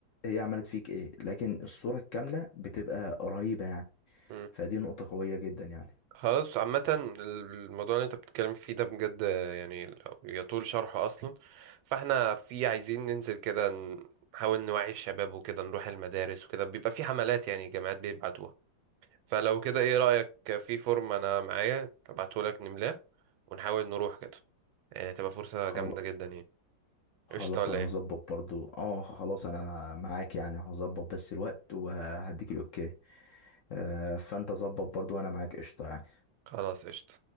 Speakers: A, on the left (about 70°); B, on the right (about 85°).
A: هي عملت فيك إيه لكن الصورة الكاملة بتبقى قريبة يعني
B: مم.
A: فدي نقطة قوية جدا يعني
B: خلاص عامة الموضوع اللي انت بتتكلم فيه ده بجد آه، يعني لو- يطول شرحه أصلا فاحنا في عايزين ننزل كده نحاول نوعي الشباب وكده نروح المدارس وكده بيبقى في حملات يعني جامعات بيبعتوها فلو كده ايه رأيك في فورم انا معايا ابعتهولك نملاه ونحاول نروح كده يعني هتبقى فرصة
A: خلاص
B: جامدة جدا يعني
A: خلاص
B: قشطة ولا
A: أنا
B: ايه
A: هظبط برضو أه خلاص أنا معاك يعني هظبط بس الوقت وهديك الأوكي آه، فأنت ظبط برضو وأنا معاك قشطة يعني
B: خلاص قشطة